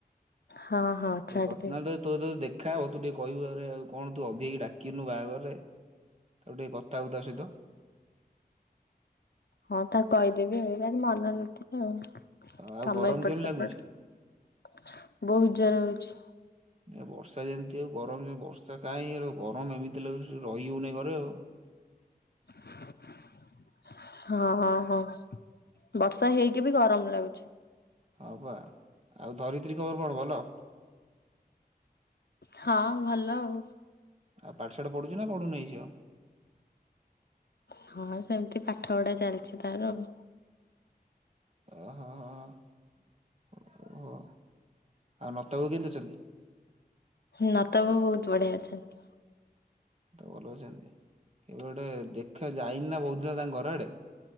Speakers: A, on the left (about 80°); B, on the right (about 40°).
A: ହଁ ହଁ
B: ଟି
A: ଛାଡିଦେବି।
B: କ ନା ତୋ ତୋ ଦେଖ ଦଖା ହବ ତୁ ଟିକେ କହିବ ଆରେ ଆଉ କଣ ତୁ ଅଭି ହେଇକି ଡାକିନୁ ବାହାଘରରେ? ତାକୁ ଟିକେ କଥା ହବୁ ତା ସହିତ।
A: ହଁ ତା କହିଦେବି ମନ ନଥିବ ଆଉ।
B: ଆଉ
A: କାମ
B: ଗରମ
A: ଏପଟ
B: କେମିତି
A: ସେପଟ
B: ଲାଗୁଛି?
A: ବହୁତ ଜର ହଉଚି।
B: ବର୍ଷା ଯେମିତି ଆଉ ଗରମରେ ବର୍ଷା କାହିଁ ର ଗରମ ଏମିତି ଲାଗୁଚି ରହି ହଉନାଇ ଘରେ। ଆଉ।
A: <inaudible> ହଁ ହଁ ହଁ ବର୍ଷା ହେଇକି ବି ଗରମ ଲାଗୁଚି।
B: ହଁ ବା ଆଉ ଧରିତ୍ରୀ ଖବର କଣ ଭଲ?
A: ହଁ ଭଲ ଆଉ।
B: ଆଉ ପାଠଶାଠ ପଢୁଚୁ ନା ପଢୁନାହିଁ ସେ ଆଉ?
A: ହଁ ସେମିତି ପାଠ ପଢା ଚାଲିଚି ତାର ଆଉ।
B: ଓହୋ ହୋ ହୋ ଓହୋ ଆଉ ନତବ କେମତି ଅଛନ୍ତି!
A: ନ ତବ ବହୁତ ବଢିଆ ଅଛନ୍ତି।
B: ତ ଭଲ ଅଛନ୍ତି କେବେ ଗୋଟେ ଦେଖିବା ଯାଇନି ନା ବହୁତ ଦିନ ହେଲା ତାଙ୍କ ଘର ଆଡେ।